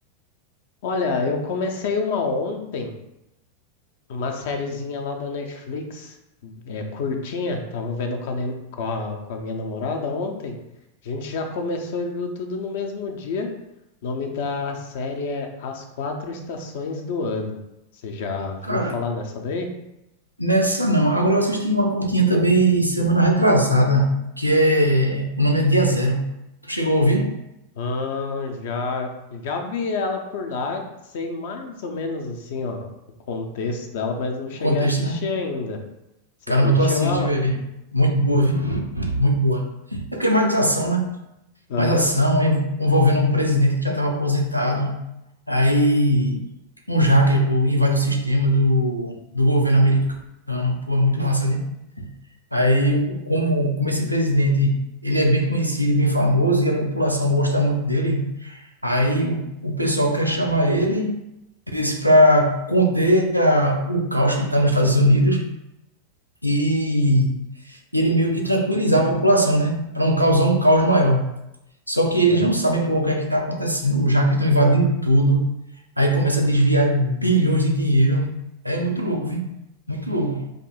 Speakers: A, on the left; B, on the right.
A: Olha, eu comecei uma ontem. Uma sériezinha lá da Netflix, é, curtinha, tava vendo com a, nem- com a- com a minha namorada ontem. A gente já começou e viu tudo no mesmo dia. O nome da série é As Quatro Estações do Ano. Você já viu
B: cara?
A: falar nessa daí?
B: Nessa não. Agora eu assisti uma curtinha também semana retrasada, que é. O nome é Dia Zero. Tu chegou a ouvir?
A: Ah, já, já vi ela por lá, sei mais ou menos assim, ó, o contexto dela, mas não cheguei
B: O contexto,
A: a assistir
B: né?
A: ainda. Você
B: Caramba,
A: curtiu
B: tu assiste,
A: ela?
B: velho. Muito boa, viu? Muito boa. É porque é mais ação, né?
A: Aham.
B: Mais ação, é envolvendo um presidente que já estava aposentado. Aí um hacker, pô, invade o sistema do, do governo americano. Pô, é muito massa, viu? Aí, como, como esse presidente, ele é bem conhecido, e bem famoso, e a população gosta muito dele. Aí o, o pessoal quer chamar ele, disse para conter a- o caos que está nos Estados Unidos e, e ele meio que tranquilizar a população, né? Para não causar um caos maior. Só que eles
A: Sei.
B: não sabem por o que é que está acontecendo, já que estão invadindo tudo. Aí começa a desviar bilhões de dinheiro. É muito louco, viu? Muito louco.